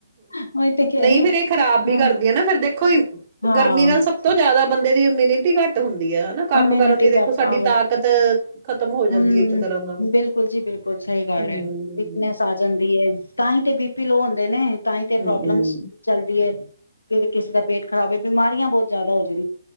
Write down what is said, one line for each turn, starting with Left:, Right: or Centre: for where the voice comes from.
Left: ਉਹੀ ਤੇ ਕਹਿ
Right: ਨਹੀਂ
Left: ਰਹੀ ਹਾਂ
Right: ਫਿਰ ਇਹ ਖ਼ਰਾਬ ਵੀ
Left: ਹਾਂ
Right: ਕਰਦੀ ਆ ਨਾ ਫਿਰ ਦੇਖੋ
Left: ਹਾਂ
Right: ਗਰਮੀ ਨਾਲ ਸਭ ਤੋਂ ਜ਼ਿਆਦਾ ਬੰਦੇ ਦੀ ਇਮਿਊਨਿਟੀ ਘੱਟ ਹੁੰਦੀ ਹਨਾ ਕੰਮ
Left: ਇਮਿਊਨਿਟੀ
Right: ਕਰਨ ਦੀ ਦੇਖੋ
Left: ਦਾ
Right: ਸਾਡੀ
Left: ਪਾਵਰ
Right: ਤਾਕਤ ਖ਼ਤਮ ਹੋ
Left: ਹਮ,
Right: ਜਾਂਦੀ ਹੈ ਇੱਕ ਤਰ੍ਹਾਂ ਨਾਲ
Left: ਬਿਲਕੁਲ ਜੀ ਬਿਲਕੁਲ, ਸਹੀ ਗੱਲ
Right: ਹਮ
Left: ਹੈ ਵਿਕਨੈਸ ਆ ਜਾਂਦੀ ਹੈ ਤਾਂ ਹੀ ਤੇ ਬੀ-ਪੀ ਲੋ ਹੁੰਨ ਨੇ ਤਾਂ ਹੀ ਤੇ
Right: ਹਮ
Left: ਪ੍ਰੋਬਲਮਸ ਚੱਲਦੀ ਏ। ਫਿਰ ਕਿਸੇ ਦਾ ਪੇਟ ਖ਼ਰਾਬ ਏ ਬਿਮਾਰੀਆਂ ਬਹੁਤ ਜ਼ਿਆਦਾ ਹੋ ਜਾਦੀ